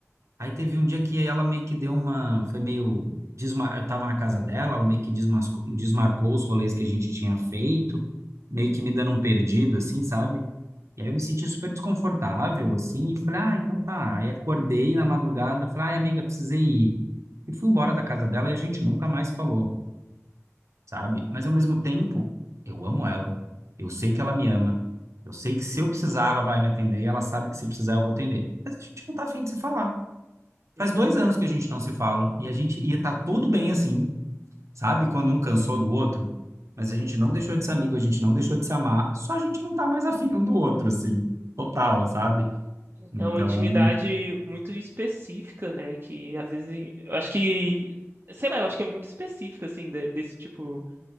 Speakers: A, on the right; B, on the right.
A: Aí teve um dia que ela meio que deu uma, foi meio, desma... eu tava na casa dela, ela meio que desmascou, desmarcou os rolês que a gente tinha feito, meio que me dando um perdido, assim, sabe? E aí eu me senti super desconfortável, assim, e falei, ah, então tá. Aí acordei na madrugada, falei, ai, amiga, precisei ir. E fui embora da casa dela e a gente nunca mais falou, sabe? Mas ao mesmo tempo, eu amo ela, eu sei que ela me ama, eu sei que se eu precisar, ela vai me atender, e ela sabe que se precisar, eu vou atender. Mas a gente não tá afim de se falar.
B: Sim.
A: Faz dois anos que a gente não se fala e a gente ia estar tudo bem assim, sabe? Quando um cansou do outro, mas a gente não deixou de ser amigo, a gente não deixou de se amar, só a gente não tá mais afim um do outro, assim, total, sabe? Então,
B: É uma intimidade muito específica, né? Que às vezes eu acho que, sei lá, eu acho que é muito específica assim de- desse tipo